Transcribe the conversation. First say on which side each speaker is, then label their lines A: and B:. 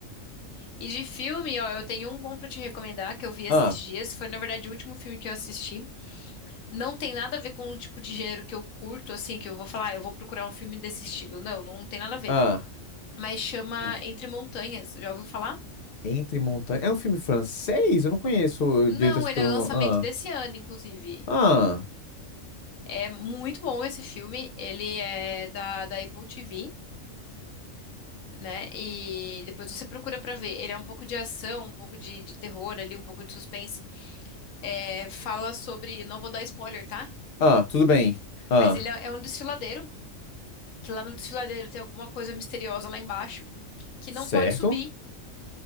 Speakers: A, on the left; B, on the left.
A: E de filme, ó, eu tenho um bom pra te recomendar que eu vi esses
B: Ah,
A: dias. Foi, na verdade, o último filme que eu assisti. Não tem nada a ver com o tipo de gênero que eu curto, assim, que eu vou falar, ah, eu vou procurar um filme desse estilo. Não, não tem nada a ver.
B: ah.
A: Mas chama
B: Hum.
A: Entre Montanhas, já ouviu falar?
B: Entre Montanhas. É um filme francês? Eu não conheço
A: Não,
B: direito assim
A: ele
B: pelo
A: é lançamento
B: nome. Ah,
A: desse ano, inclusive.
B: ah,
A: É muito bom esse filme. Ele é da, da Apple TV. né? E depois você procura pra ver. Ele é um pouco de ação, um pouco de, de terror ali, um pouco de suspense. É, fala sobre, não vou dar spoiler, tá?
B: ah, tudo bem. Ah,
A: Mas ele é, é um desfiladeiro, que lá no desfiladeiro tem alguma coisa misteriosa lá embaixo que
B: certo.
A: não pode subir,